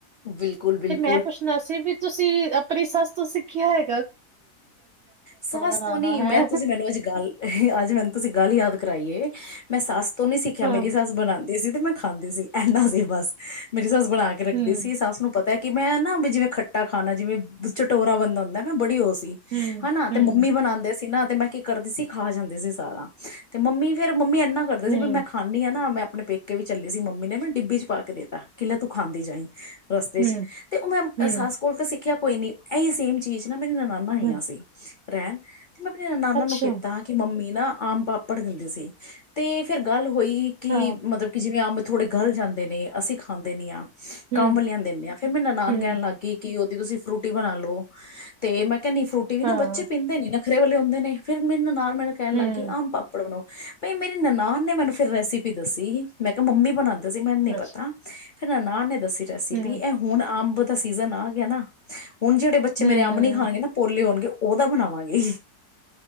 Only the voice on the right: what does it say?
ਮੈਂ ਪੁੱਛਣਾ ਸੀ ਵੀ ਤੁਸੀਂ ਅਪਣੀ ਸੱਸ ਤੋਂ ਸਿੱਖਿਆ ਹੈ
ਬਣਾਉਣਾ
ਹੈ
ਹਾਂ
ਹੂੰ
ਹੂੰ
ਹੂੰ
ਹੂੰ
ਹੂੰ
ਹੂੰ
ਹੂੰ
ਅੱਛਾ,
ਹਾਂ,
ਹੂੰ,
ਹੂੰ,
ਹਾਂ,
ਹੂੰ,
ਅੱਛ
ਹੂੰ,
ਹੂੰ,